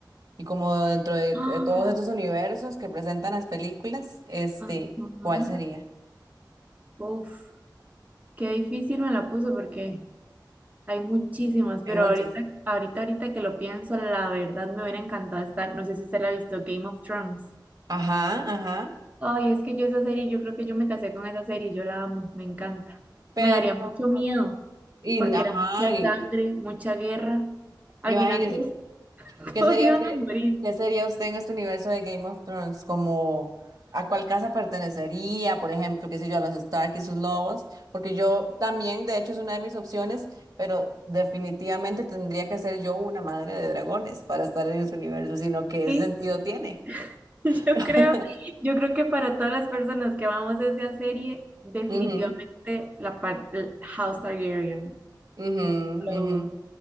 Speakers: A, on the right (about 50°); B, on the right (about 20°).
A: y como dentro de,
B: <gasps>
A: eh, todos estos universos que presentan las películas, este,
B: Ah, ajá.
A: ¿cuál sería?
B: Uf, qué difícil me la puso porque hay muchísimas,
A: Hay
B: pero
A: muchas.
B: ahorita, ahorita, ahorita que lo pienso, la verdad me hubiera encantado estar, no sé si usted la ha visto, Game of Thrones.
A: Ajá, ajá.
B: Ay, es que yo esa serie, yo creo que yo me casé con esa serie, yo la amo, me encanta.
A: Pero,
B: Me daría mucho miedo
A: y,
B: porque
A: ajá,
B: era mucha
A: y,
B: sangre, mucha guerra. Al
A: imagínense.
B: final todo
A: ¿Qué
B: Todos
A: sería
B: iban
A: usted,
B: a morir.
A: qué sería usted en este universo de Game of Thrones? Como a cuál casa pertenecería, por ejemplo, qué sé yo, a los Stark y sus lobos, porque yo también, de hecho, es una de mis opciones, pero definitivamente tendría que ser yo una madre de dragones para estar en este universo, sino qué
B: Sí,
A: sentido tiene.
B: <laughs> yo
A: <laughs>
B: creo, yo creo que para todas las personas que amamos esa serie, definitivamente
A: Ujú,
B: la parte House Targaryen.
A: ujú,
B: no lo dudo.
A: ujú.